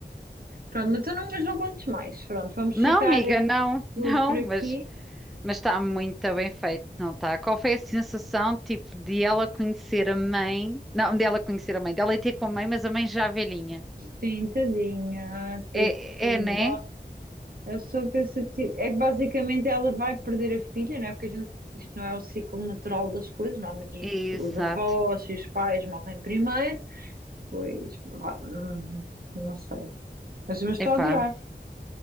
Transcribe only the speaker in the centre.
Não,
amiga,
não,
não,
mas. Mas está muito bem feito, não está? Qual foi a sensação, tipo, de ela conhecer a mãe? Não, de ela conhecer a mãe, dela ir ter com a mãe, mas a mãe já velhinha.
É, é, é, né?
Exato.
Epá,